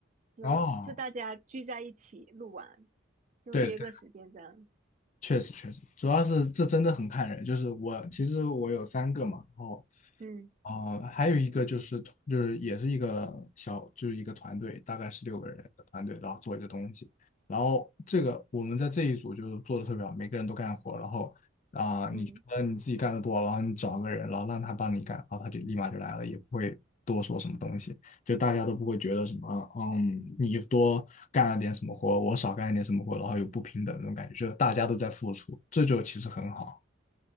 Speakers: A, on the right; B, on the left.
A: 就就大家聚在一起录完，
B: <laughs> 哦，
A: 就约个时间这样，
B: 对对，确实确实，主要是这真的很看人。就是我其实我有三个嘛，然后
A: 嗯
B: 哦，还有一个就是就是也是一个小就是一个团队，大概是六个人的团队，然后做一个东西。然后这个我们在这一组就是做的特别好，每个人都干活。然后啊、
A: 嗯。
B: 你觉得你自己干的多，然后你找个人，然后让他帮你干，然后他就立马就来了，也不会多说什么东西，就大家都不会觉得什么，嗯，你多干了点什么活，我少干了点什么活，然后有不平等这种感觉，就是大家都在付出，这就其实很好。